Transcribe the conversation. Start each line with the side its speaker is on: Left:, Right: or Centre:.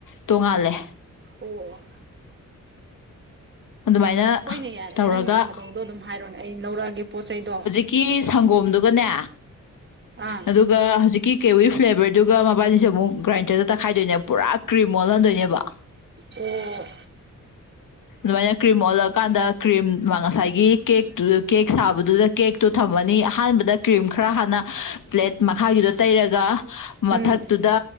Left: ꯇꯣꯡꯉꯥꯜꯂꯦ
Right: ꯑꯣ
Left: ꯑꯗꯨꯃꯥꯏꯅ
Right: ꯍꯣꯏꯅꯦ ꯌꯥꯔꯦꯅꯦ
Left: ꯇꯧꯔꯒ
Right: ꯅꯪꯅ ꯐꯥꯗꯧꯗꯣ ꯑꯗꯨꯝ ꯍꯥꯏꯔꯣꯅꯦ ꯑꯩ ꯂꯧꯔꯛꯑꯒꯦ ꯄꯣꯠ ꯆꯩꯗꯣ
Left: ꯀꯤꯔꯤ ꯁꯪꯒꯣꯝꯗꯨꯒꯅꯦ
Right: ꯑꯥ
Left: ꯑꯗꯨꯒ ꯍꯧꯖꯤꯛꯀꯤ ꯀꯦꯋꯤ ꯐ꯭ꯂꯦꯕꯔꯗꯨꯒ ꯃꯕꯥꯅꯤꯁꯦ ꯑꯃꯨꯛ ꯒ꯭ꯔꯥꯏꯟꯗꯔꯗ ꯇꯛꯈꯥꯏꯗꯣꯏꯅꯦ ꯄꯨꯔꯥ ꯀ꯭ꯔꯤꯝ ꯑꯣꯜꯍꯟꯗꯣꯏꯅꯦꯕ
Right: ꯑꯣ
Left: ꯑꯗꯨꯃꯥꯏꯅ ꯀ꯭ꯔꯤꯝ ꯑꯣꯜꯂꯛꯀꯥꯟꯗ ꯀ꯭ꯔꯤꯝ ꯃꯥ ꯉꯁꯥꯏꯒꯤ ꯀꯦꯛꯇꯨ ꯀꯦꯛ ꯁꯥꯕꯗꯨꯗ ꯀꯦꯛꯇꯣ ꯊꯝꯃꯅꯤ ꯑꯍꯥꯟꯕꯗ ꯀ꯭ꯔꯤꯝ ꯈꯔ ꯍꯥꯟꯅ ꯄ꯭ꯂꯦꯠ ꯃꯈꯥꯒꯤꯗꯣ ꯇꯩꯔꯒ ꯃꯊꯛ
Right: ꯎꯝ
Left: ꯇꯨꯗ